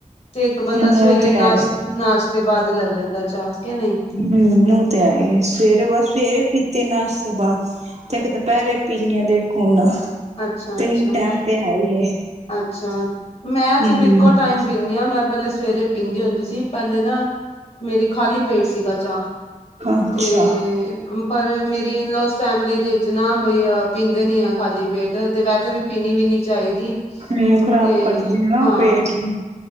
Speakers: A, on the left (about 50°); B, on the right (about 50°).
A: ਤੇ ਇੱਕ ਬੰਦਾ
B: ਉਹ
A: ਸਵੇਰੇ
B: ਤੇ
A: ਨਾਸ਼
B: ਹੈ ਹੀ
A: ਨਾਸ਼ਤੇ ਬਾਦ ਲੈ ਲੈਂਦਾ। ਚਾਹ ਕੇ ਨਈ
B: ਹੂੰ, ਓਤੇ ਹੈ ਈ ਐ, ਸਵੇਰੇ ਬਸ ਸਵੇਰੇ ਪੀਤੇ ਨਾਸ਼ਤੇ ਬਸ ਤੇ ਇੱਕ ਦੁਪੈਰੇ ਪੀਨੀ ਆ ਤੇ, ਇੱਕ ਹੁਣ
A: ਅੱਛਾ
B: ਤਿੰਨ
A: ਅੱਛਾ
B: ਟੈਮ ਤੇ ਹੈ ਈ ਏ
A: ਅੱਛਾ, ਮੈਂ
B: ਹਮ
A: ਸਿਰਫ ਇੱਕੋ ਟਾਈਮ ਪੀਂਨੀ ਆ, ਮੈਂ ਪੈਹਲੇ ਸਵੇਰੇ ਪੀਂਦੀ ਹੁੰਦੀ ਸੀ ਸੀ, ਪਹਿਲੇ ਨਾ ਮੇਰੀ ਖਾਲੀ ਪੇਟ ਸੀਗਾ, ਚਾਹ
B: ਅੱਛਾ
A: ਤੇ ਪਰ ਮੇਰੀ, ਇਨ ਲੋਸ ਫੈਮਿਲੀ ਵਿੱਚ ਨਾ, ਬਈ ਪੀਂਦੇ ਨੀ ਆ ਖਾਲੀ ਪੇਟ ਤੇ ਵੈਸੇ ਵੀ ਪੀਣੀ ਵੀ ਨੀ ਚਾਹੀਦੀ।
B: ਹੂੰ, ਖ਼ਰਾਬ
A: ਤੇ
B: ਕਰਦੀ ਆ, ਨਾ
A: ਹਾਂ
B: ਪੇਟ ਨੂੰ